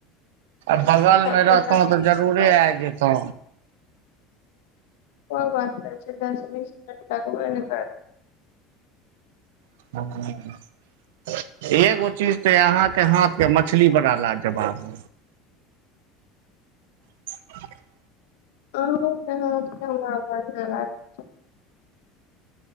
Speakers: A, on the right (about 80°); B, on the left (about 80°).
A: आ बगल
B: सब
A: मे रहतो
B: गोटा मिल
A: तऽ
B: के
A: जरूरे
B: खायब
A: आब जतो
B: ओ बात छै दस बीसिनट लागबै ने
A: <unintelligible> एगो चीज तऽ अहाँके हाथके मछली बड़ा ला जबाब, <unintelligible>
B: आहू के हाथ कऽ हमरा बढ़िया लागत